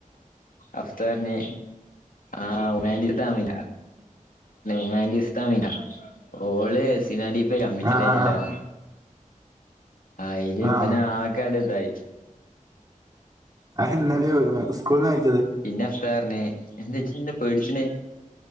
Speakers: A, on the left; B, on the right.
A: അഫത്തർ പറഞ്ഞു ആഹ ഉമാൻ തമ ഉമാൻ താമന ഓള് സിനടിപ്പ കമ്മിച്ചിട്ട്
B: ആഹ്
A: കഞ്ഞല്ലേ
B: ആഹ്
A: ആ അല്
B: ആഹ്
A: ഇപ്പനെ
B: ആഹ്
A: ആക്കാട് ഇതായി
B: അ ഇന്നാലെ സ്കൂൾ ന ആയി
A: പിന്നെ അഫ്ത പററിന എന്താ വച്ച പേടിച്ചന്